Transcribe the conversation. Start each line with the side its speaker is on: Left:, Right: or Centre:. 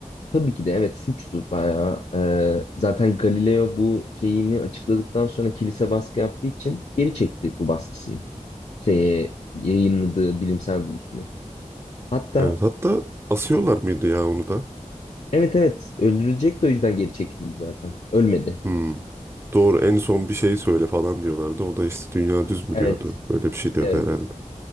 Left: Tabii ki de evet suçtu bayağı. E, zaten Galileo bu şeyini açıkladıktan sonra kilise baskı yaptığı için geri çekti bu baskısını. Şeye, yayınladığı bilimsel buluşunu. Hatta
Right: Evet hatta asıyorlar mıydı ya onu da?
Left: evet evet öldürülecek de o yüzden geri çekildi zaten. Ölmedi.
Right: Hmm. Doğru en son bir şey söyle falan diyorlardı. O da işte dünya düz mü
Left: Evet
Right: diyordu. Böyle bir şey diyordu
Left: evet.
Right: herhalde.